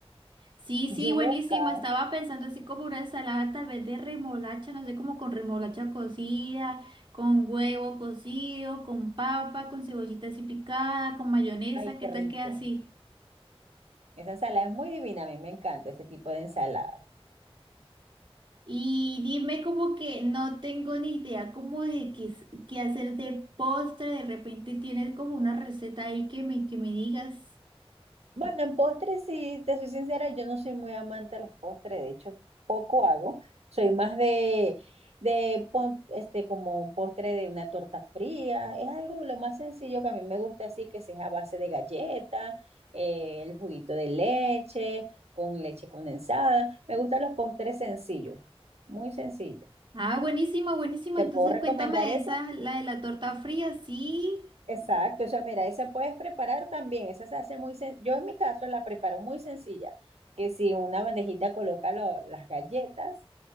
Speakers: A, on the right (about 50°); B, on the right (about 85°).
A: Sí, sí,
B: yuca.
A: buenísimo. Estaba pensando así como una ensalada tal vez de remolacha, no sé, como con remolacha cocida, con huevo cocido, con papa, con cebollita así picada, con mayonesa,
B: Ay,
A: ¿qué
B: qué
A: tal
B: rico.
A: queda así?
B: Esa ensalada es muy divina, a mí me encanta ese tipo de ensalada.
A: Y dime como que no tengo ni idea como de qué, s- qué hacer de postre, de repente tienes como una receta ahí que me, que me digas.
B: Bueno, en postres, sí, te soy sincera, yo no soy muy amante de los postres, de hecho, poco hago. Soy más de, de pon- este, como un postre de una torta fría. Es algo lo más sencillo que a mí me gusta, así que sea a base de galleta, eh, el juguito de leche, con leche condensada. Me gustan los postres sencillos, muy sencillos.
A: Ah, buenísimo, buenísimo.
B: ¿Te
A: Entonces
B: puedo recomendar
A: cuéntame de
B: ese?
A: esa, la de la torta fría, sí.
B: Exacto, o sea, mira, esa puedes preparar también, esa se hace muy sen- Yo en mi caso la preparo muy sencilla, que si en una bandejita coloca lo- las galletas,